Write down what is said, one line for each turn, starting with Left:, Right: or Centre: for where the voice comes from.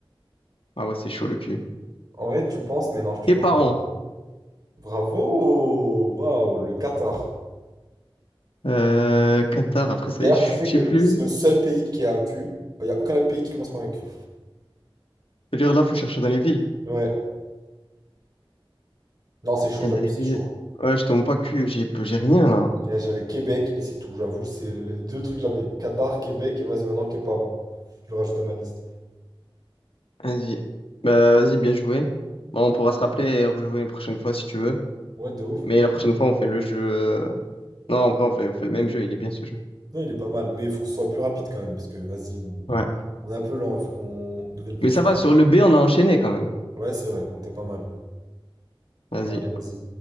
Left: Ah ouais, c'est chaud le cul.
Right: En vrai tu penses, mais non, je te
Left: Tes
Right: jure
Left: parents.
Right: non. Bravo! Waouh, le Qatar.
Left: Euh, Qatar, après ça
Right: D'ailleurs,
Left: y est, <laughs>
Right: tu sais
Left: je
Right: que
Left: sais plus.
Right: c'est le seul pays qui a un Q. Il n'y a aucun autre pays qui commence par un Q.
Left: C'est-à-dire là, faut chercher dans les villes.
Right: Ouais. Non, c'est chaud,
Left: Et
Right: j'avoue,
Left: d'aller
Right: c'est
Left: vivre.
Right: chaud.
Left: Ouais, je te montre pas que j'ai j'ai rien là.
Right: Eh, J'avais Québec et c'est tout. J'avoue, c'est les deux trucs que j'avais. Qatar, Québec et vas-y maintenant Capron. Je le rajoute à ma liste.
Left: Vas-y. Bah, vas-y, bien joué. Bon, on pourra se rappeler et rejouer une prochaine fois si tu veux.
Right: Ouais, de ouf.
Left: Mais la prochaine fois, on fait le jeu. euh, Non, en vrai, on fait, on fait le même jeu. Il est bien ce jeu.
Right: Non, il est pas mal, mais il faut qu'on soit plus rapide quand même, parce que vas-y, on,
Left: Ouais.
Right: on est un peu lent, il faut qu'on devienne plus
Left: Mais
Right: fort.
Left: ça va, sur le B, on a enchaîné quand même.
Right: Ouais, c'est vrai, on était pas mal.
Left: Vas-y.
Right: Bon, allez, vas-y.